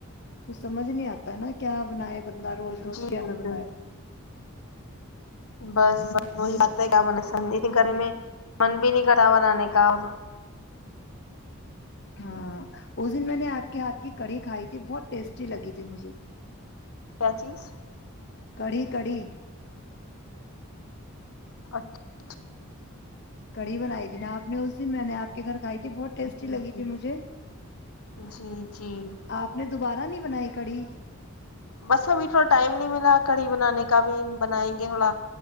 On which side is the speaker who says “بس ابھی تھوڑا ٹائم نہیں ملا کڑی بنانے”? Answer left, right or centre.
Left